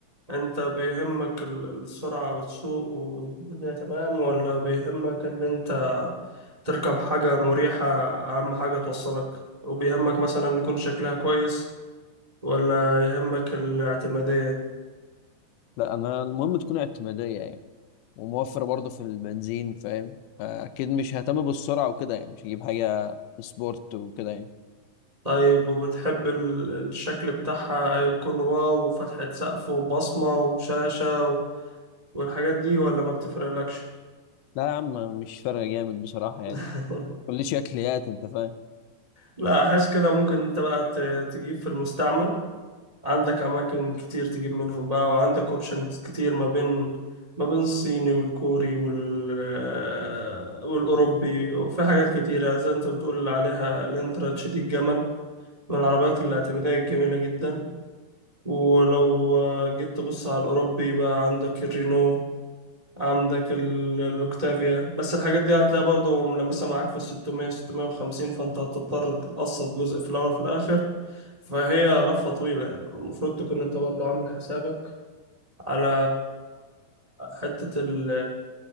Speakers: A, on the right (about 75°); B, on the left (about 85°).
A: انت بيهمك ال- السرعة والسوق والدنيا تمام ولا بيهمك ان انت تركب حاجة مريحة أهم حاجة توصلك وبيهمك مثلا يكون شكلها كويس ولا يهمك الاعتمادية
B: لا انا المهم تكون اعتماديه يعني وموفره برضه في البنزين فاهم اكيد مش ههتم بالسرعه وكده يعني مش هجيب حاجه سبورت وكده يعني
A: طيب وبتحب ال- الشكل بتاعها يكون واو وفتحة سقف وبصمة وشاشة و- والحاجات دي ولا ما بتفرقلكش؟
B: لا يا عم مش فارقه جامد بصراحه يعني
A: <laughs>
B: كل شكليات انت فاهم
A: لا أحس كده ممكن أنت بقى ت- تجيب في المستعمل عندك اماكن كتير تجيب منهم بقى وعندك اوبشنز كتير ما بين ما بين الصيني والكوري وال آه، والاوروبي وفي حاجات كتيره زي انت بتقول عليها الانترا تشيدي الجمل من العربيات الاعتماديه الجميله جدا ولو آه، جيت تبص على الاوروبي بقى عندك الرينو عندك ال- الأوكتافيا بس الحاجات دي هتلاقي برضو ملمسة معاك في الستمية ستمية وخمسين فأنت هتضطر تقسط جزء في الأول وفي الآخر فهي لفة طويلة يعني المفروض تكون أنت برضو عامل حسابك على حتة ال-